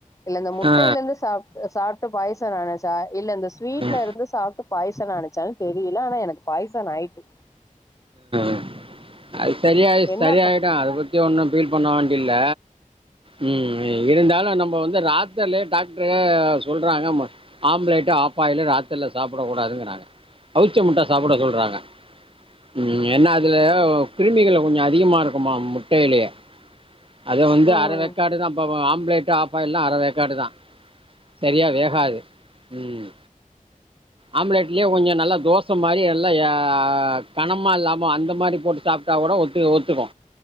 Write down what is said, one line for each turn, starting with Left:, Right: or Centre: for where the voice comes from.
Left: இல்ல இந்த முட்டையில
Right: ஆ
Left: இருந்து சாப் சாப்ட் ட்டு பாய்சன் ஆனுச்சா இல்ல இந்த ஸ்வீட்ல
Right: ஆ
Left: இருந்து சாப் ட்டு பாய்சன் ஆனுச்சானு தெரியல ஆனா எனக்கு பாய்சன் ஆயிட்டு
Right: ஆ அது சரியயி
Left: என்னப்ப
Right: சரியயிடு அத பத்தி ஒன்னு ஃபில் பண்ண வேண்டில்ல ம் இருந்தாலு நம்ம வந்து து ராத்திரிலயே டாக்டரு சொல்றாங்க மு ஆம்லெட் ஆஃப்பாயில் ராத்திரில சாப்பிட கூடாதுங்றாங்க அவிச்ச முட்ட சாப்ட சொல்றாங்க ம் ஏன்னா அதுல கிருமிகள் கொஞ்சோ அதிகமா இருக்குமா முட்டையிலயே அத வந்து
Left: ம்
Right: அரை வெக்காடு தா இப்ப ஆம்லெட் ட்டு ஆஃப்பாயில்ல அர வேக்காடுதா சரியா வேகாது, ம் ஆம்லெட்லயே கொஞ்சோ நல்லா தோசை மாரி எல்லா எ கணமா இல்லாம அந்த மாரி போட்டு சாப்ட்டா கூட ஒத்து ஒத்துக்கு